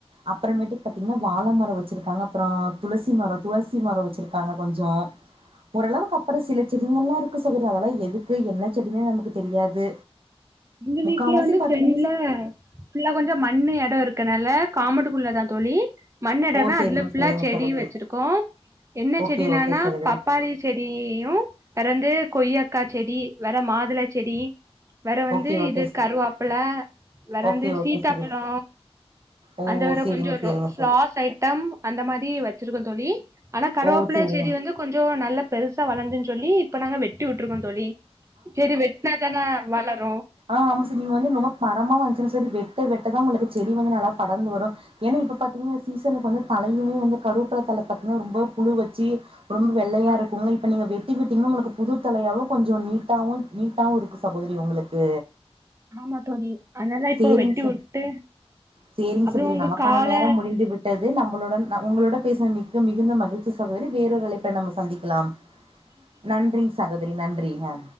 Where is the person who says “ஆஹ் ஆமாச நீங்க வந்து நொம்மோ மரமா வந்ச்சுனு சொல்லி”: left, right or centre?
Right